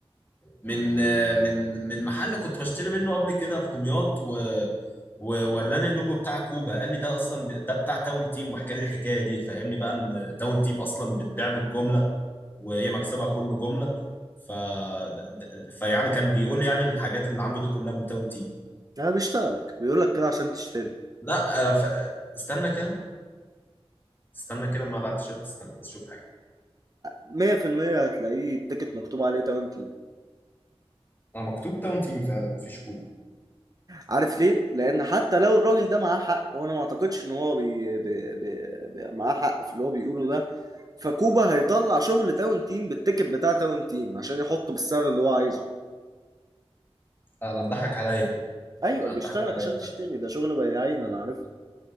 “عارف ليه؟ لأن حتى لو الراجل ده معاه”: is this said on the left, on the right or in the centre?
Right